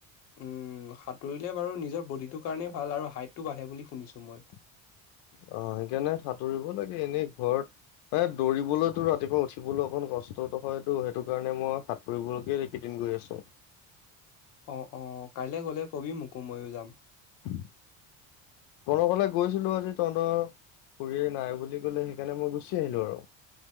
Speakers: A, on the left; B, on the left.
A: উম সাঁতুৰিলে বাৰু নিজৰ বডিটোৰ কাৰণে ভাল আৰু হাইটটো বাঢ়ে বুলি শুনিছো মই।
B: অ সেইকাৰণে সাঁতুৰিব লাগে এনেই ঘৰত এ দৌৰিবলৈতো ৰাতিপুৱা উঠিবলৈ অকন কষ্ট হয়তো। সেইটো কাৰণে মই সাতুৰিবলৈকে কেইদিন গৈ আছোঁ।
A: অ অ কাইলৈ গলে কবি মোকো ময়ো যাম।
B: তহনৰফালে গৈছিলো আজি তহতৰ খুৰীয়ে নাই বুলি কলে, সেইকাৰণে মই গুচি আহিলো আৰু